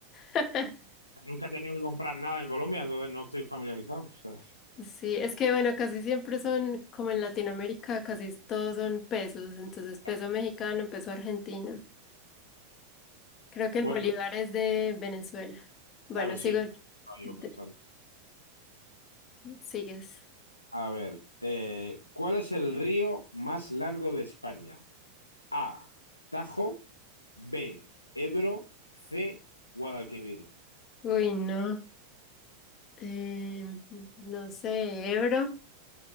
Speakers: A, on the left; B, on the left.
A: <laughs>
B: Nunca he tenido que comprar nada en Colombia, entonces no estoy familiarizado. <laughs> o sea,
A: Sí, es que bueno, casi siempre son, como en Latinoamérica, casi todos son pesos. Entonces, peso
B: claro.
A: mexicano, peso argentino. Creo que
B: Bueno,
A: el bolívar es de Venezuela. Bueno,
B: claro,
A: sigo.
B: sí, estaba
A: de-
B: yo pensando.
A: Sigues.
B: A ver, eh, ¿cuál es el río más largo de España? A, Tajo, B, Ebro, C, Guadalquivir.
A: Uy, no. Eh, no sé, Ebro,